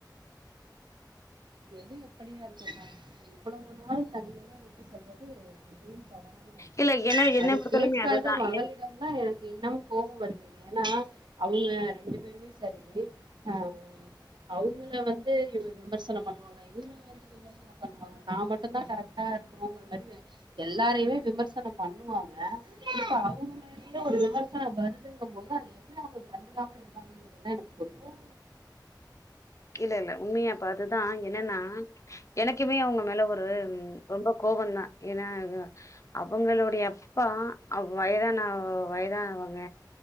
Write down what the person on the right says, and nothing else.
எது எப்படியா இருக்குக்க இவ்வளவு நாள் தனியல்லாம் விட்டு செல்வது மிகவும் தவறான ஒன்று
அத
கேட்காத
மகளிடம்
ந எனக்கு இன்னும் கோவோ வருது ஏன்னா அவங்க ரெண்டு பேரும் சரி அவ்ங்கள அவங்கள வந்து விமர்சனம் பண்ணுவாங்க இவங்கள வந்து விமர்சன பண்ணுவாங்க தான் மட்டும் தான் கரெக்டா இருக்கிறோங்கிற மரு எல்லாரையுமே விமர்சனம் பண்ணுவாங்க இப்ப அவங்கமே நீ ஒரு விமர்சா வருதுங்க போது அந்த எப்படி அவங்களுக்கு கண்டுகாம இருக்காங்கறதுதான் எனக்கு புரியல